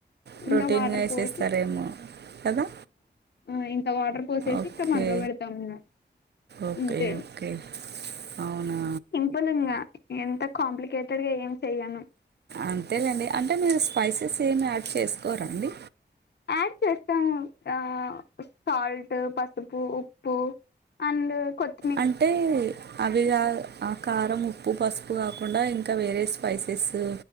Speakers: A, on the right; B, on the left.
A: ప్రోటీన్గా
B: ఇంకా వాటర్
A: ఏసేస్తారేమో
B: పోసి
A: కదా
B: ఓ ఇంత వాటర్ పోస్ చేసి
A: ఓకే
B: ఇక్క మగ్గ పెడతమ్ ఇనా
A: ఓకే
B: ఇంతే
A: ఓకే అవునా
B: పోలునా ఎంత కాంప్లికేటెడ్ గా ఏం చెయను
A: అంతేలేండి అంటే మీరు స్పైసెస్ ఏమి యాడ్ చేసుకోరా అండి.
B: యాడ్ చేస్తాం ఆ సాల్ట్ పసుపు ఉప్పు అండ్ కొత్
A: అంటే అవిగాద్ ఆ కారం ఉప్పు పసుపు ఆక్ ఉండా ఇంకా వేరే స్పైసెసు